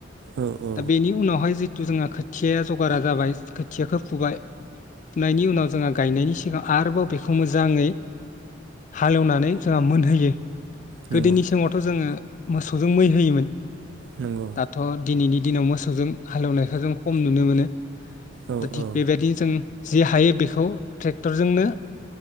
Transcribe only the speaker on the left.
दा बेनि उनावहाय जिथु जोंहा खो खोथियाया जगारा जाबाय खोथियाखौ फुबाय फुनायनि उनाव जोंहा गायनायनि सिगां आरोबाव बेखौ मोजाङै हालौवनानै जोंहा मोनहोयो।
गोदोनि समावथ' जोङो मोसौजों मै होयोमोन।
दाथ' दिनैनि दिनाव मो मोसौजों हालौवनायखौ जों कम नुनो मोनो।
दा थिग
बेबायदिनो जों जे हायो बेखो खौ ट्रेक्टरजोंनो